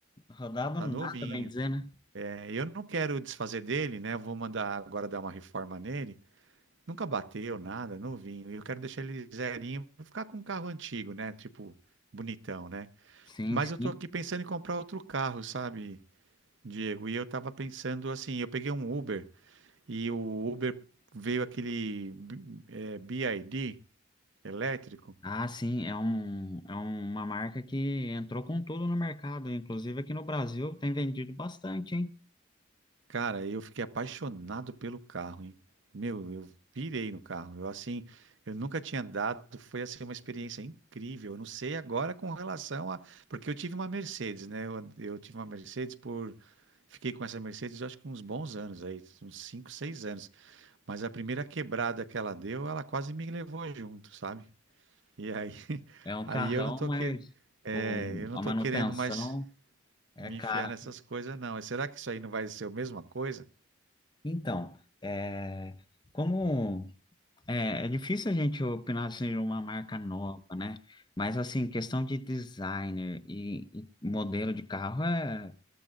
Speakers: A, on the left; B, on the right.
A: rodado
B: Tá
A: nada,
B: novinho.
A: bem dizer, né?
B: É, eu não quero desfazer dele, né? Eu vou mandar agora dar uma reforma nele. Nunca bateu nada, novinho. E eu quero deixar ele zerinho, vou ficar com um carro antigo, né? Tipo, bonitão, né?
A: Sim,
B: Mas
A: sim.
B: eu tô aqui pensando em comprar outro carro, sabe, Diego? E eu tava pensando assim, eu peguei um Uber e o Uber veio aquele B- é, BID elétrico.
A: Ah, sim, é um, é uma marca que entrou com tudo no mercado. Inclusive aqui no Brasil tem vendido bastante, hein?
B: Cara, eu fiquei apaixonado pelo carro, hein? Meu, eu pirei no carro. Eu assim, eu nunca tinha andado, foi assim uma experiência incrível. Eu não sei agora com relação a, porque eu tive uma Mercedes, né? Eu, eu tive uma Mercedes por fiquei com essa Mercedes, eu acho que uns bons anos aí, uns 5, 6 anos. Mas a primeira quebrada que ela deu, ela quase me levou junto, sabe? E aí, <laughs>
A: É um
B: aí
A: carrão,
B: eu não tô
A: mas
B: que... é,
A: o,
B: eu não
A: a
B: tô
A: manutenção
B: querendo mais
A: é
B: me
A: cara.
B: enfiar nessas coisas, não. Será que isso aí não vai ser a mesma coisa?
A: Então, é, como. É, é difícil a gente opinar assim, de uma marca nova, né? Mas assim, questão de designer e, e modelo de carro é,